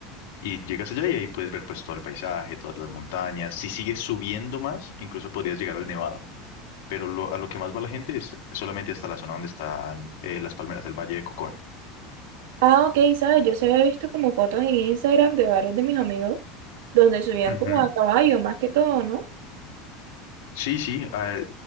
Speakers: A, on the left (about 85°); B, on the right (about 85°).
A: Y llegas allá y ahí puedes ver pues todo el paisaje, todas las montañas. Si sigues subiendo más, incluso podrías llegar al Nevado. Pero lo- a lo que más va la gente es solamente hasta la zona donde están eh, las palmeras, el Valle de Cocora.
B: Ah, ok, sabes, yo se había visto como fotos en Instagram de varios de mis amigos donde subían
A: Ujú.
B: como a caballo, más que todo, ¿no?
A: Sí, sí. ah,